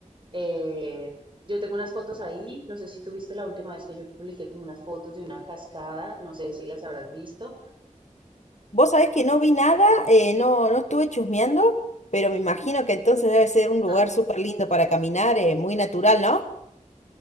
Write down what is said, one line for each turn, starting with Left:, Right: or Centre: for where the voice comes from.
Right: Eh, yo tengo unas fotos ahí, no sé si tú viste la última vez que yo publiqué como unas fotos de una cascada, no sé si las habrás visto,
Left: Vos sabés que no vi nada, eh, no, no estuve chusmeando, pero me imagino que entonces debe ser un
Right: ¿no?
Left: lugar súper lindo para caminar, eh, muy natural, ¿no?